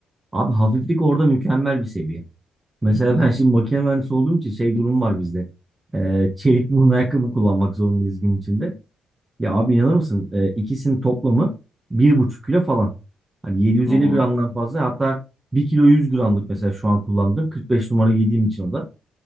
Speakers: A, on the right; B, in the centre.
A: Abi hafiflik orada mükemmel bir seviye. Mesela
B: hı hı.
A: ben şimdi makine mühendisi olduğum için şey durum var bizde. Ee, çelik burun ayakkabı kullanmak zorundayız gün içinde. Ya abi inanır mısın? Ee, ikisinin toplamı bir buçuk kilo falan. Hani 750
B: Oo.
A: gramdan fazla hatta bir kilo 100 gramlık mesela şu an kullandım. 45 numara giydiğim için o da.